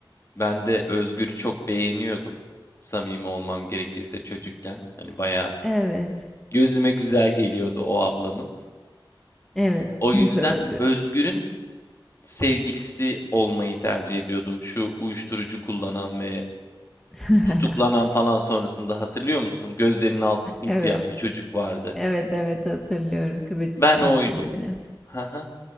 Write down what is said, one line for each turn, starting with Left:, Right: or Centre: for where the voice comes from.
Left: Ben de Özgür'ü çok beğeniyordum. Samimi olmam gerekirse çocukken. Hani bayağı
Centre: Evet,
Left: gözüme güzel geliyordu o ablamız.
Centre: evet.
Left: O yüzden
Centre: <laughs> Doğru diyorsun.
Left: Özgür'ün sevgilisi olmayı tercih ediyordum. Şu uyuşturucu kullanan ve
Centre: <laughs>
Left: tutuklanan falan sonrasında hatırlıyor musun? Gözlerinin altı simsiyah
Centre: Evet,
Left: bir çocuk vardı.
Centre: evet, evet hatırlıyorum. Kıvırcık
Left: Ben
Centre: saçlıydı
Left: oydum.
Centre: biraz.
Left: Haha.